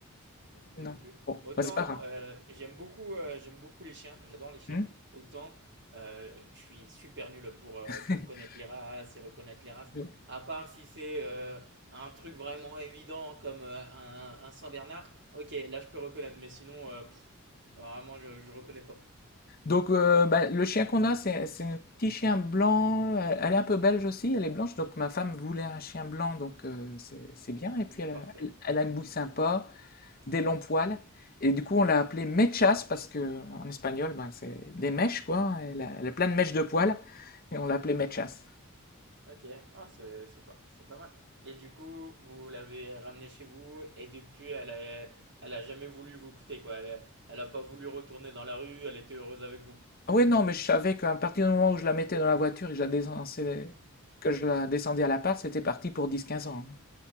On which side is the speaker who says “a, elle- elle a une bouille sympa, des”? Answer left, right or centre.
Left